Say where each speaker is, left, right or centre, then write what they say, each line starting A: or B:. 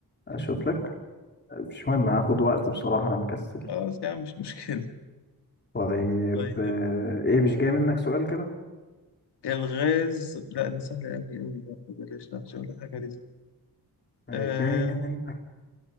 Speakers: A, on the left (about 25°); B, on the left (about 85°).
A: أشوف لك مش مهم هاخد وقت بصراحة أنا مكسل
B: خلاص يا عم مش مشكلة
A: طيب
B: طيب
A: آه، ايه مش جاي منك سؤال كده
B: الغاز لا ده سهل أوي أوي لا ده بلاش لا مش هقول حاجة لازم
A: مش
B: آه
A: جاي منك